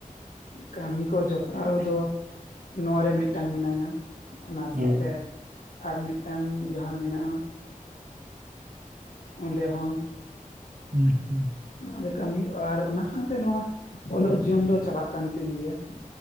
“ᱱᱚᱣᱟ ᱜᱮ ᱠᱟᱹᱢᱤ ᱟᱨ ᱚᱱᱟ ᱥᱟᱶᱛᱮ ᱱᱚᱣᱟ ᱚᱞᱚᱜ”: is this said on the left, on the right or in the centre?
Left